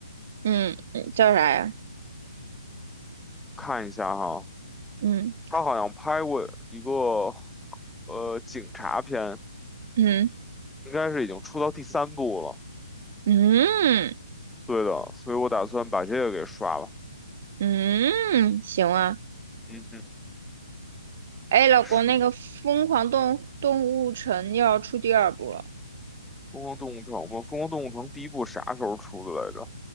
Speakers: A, on the right; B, in the centre.
A: 嗯嗯，叫啥呀？
B: 看一下哈。
A: 嗯
B: 他好像拍过一个呃警察片，
A: 嗯
B: 应该是已经出到第三部了。
A: 嗯
B: 对的，所以我打算把这个给刷了。
A: 嗯，行啊。
B: 嗯哼，
A: 哎，老公，
B: 是
A: 那个《疯狂动动物城》又要出第二部了，
B: 《疯狂动物城》吗？《疯狂动物城》第一部啥时候出的来着？